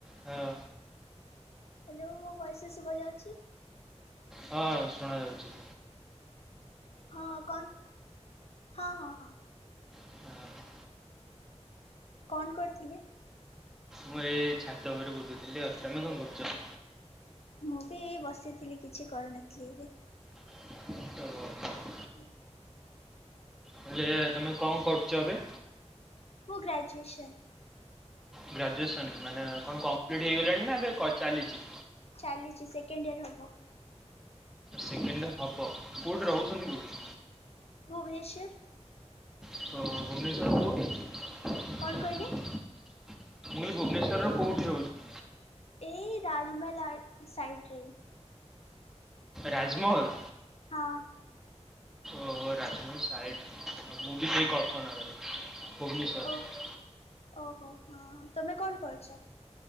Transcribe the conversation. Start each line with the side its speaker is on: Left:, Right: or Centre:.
Centre: ହଁ।
Left: ହ୍ୟାଲୋ ମୋ ଭଏସ୍ ଶୁଭା ଯାଉଚି।
Centre: ହଁ ଶୁଣା ଯାଉଚି।
Left: ହଁ କନ ହଁ ହଁ ହଁ।
Centre: ହଁ
Left: କନ କରିଥିଲେ।
Centre: ମୁଁ ଏଛାତ ଉପରେ ବୁଲୁଥିଲି ଆଉ ତମେ କଣ କରୁଚ।
Left: ମୁଁ ବି ଏଇ ବସିଥିଲି କିଛି କରିନଥିଲି ଏବେ।
Centre: <unintelligible>
Left: <unintelligible>
Centre: ହେଲେ ତମେ କଣ କରୁଚ ଏବେ।
Left: ମୁଁ ଗ୍ରାଜୁଏସନ।
Centre: ଗ୍ରାଜୁଏସନ ମାନେ କଣ କମ୍ପ୍ଲିଟ୍ ହେଇଗଲାଣି ନା ଏବେ ଚାଲିଚି।
Left: ଚାଲିଚି ସେକେଣ୍ଡିଅର ହବ।
Centre: ସେକେଣ୍ଡିଅର ହବ କୋଉଠି ରହୁଛନ୍ତି କେଉଠି?
Left: ଭୁବନେଶ୍ୱର
Centre: ଓହୋ ଭୁବନେଶ୍ୱର କୋଉଠି?
Left: କଣ କହିଲେ?
Centre: ମୁଁ କହିଲି ଭୁବନେଶ୍ଵରରେ କୋଉଠି ରହୁଚନ୍ତି?
Left: ଏଇ ରାଜମହଲା ଆଗ ସାଇଟିରେ।
Centre: ରାଜମହଲ୍?
Left: ହଁ।
Centre: ଓହୋ ରାଜମହଲ ସାାଇଟରେ ମୁଁବି ସେଇ କଳ୍ପନା ରୋଡ ଭୁବନେଶ୍ୱର।
Left: ଓ ଓହୋ ହଁ ହଁ, ତମେ କଣ କରିଛ?